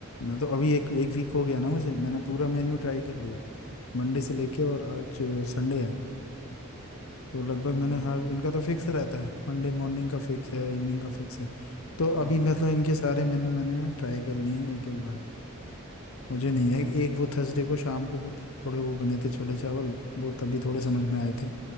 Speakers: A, on the left; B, in the centre.
A: मैं तो अभी एक एक वीक हो गया ना मुझे मैंने पूरा मेन्यू ट्राई कर लिया मंडे से लेके और आज संडे है तो लगभग
B: हम्म,
A: मैंने हर इनका तो फिक्स रहता है मंडे मॉर्निंग का फिक्स है इवनिंग का फिक्स है तो
B: हाँ
A: अभी मतलब इनके सारे मेन्यू मैंने ट्राई कर लिए हैं एक एक बार मुझे नहीं है
B: हम्म,
A: एक वो थर्सडे को शाम को वो थोड़े वो बने थे छोले चावल वो तभी थोड़े
B: अच्छा
A: समझ में आए थे